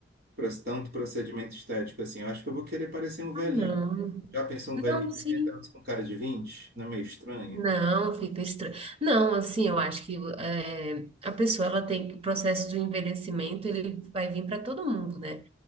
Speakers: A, on the right; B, on the right.
A: pros- tanto procedimento estético assim. Eu acho que eu vou querer parecer um velhinho.
B: Ah, não.
A: Já pensou um velhinho
B: Não,
A: de
B: sim.
A: 80 anos com cara de vinte Não é meio estranho?
B: Não, fica estranho. Não, assim, eu acho que é, a pessoa ela tem que- o processo do envelhecimento ele vai vir para todo mundo, né?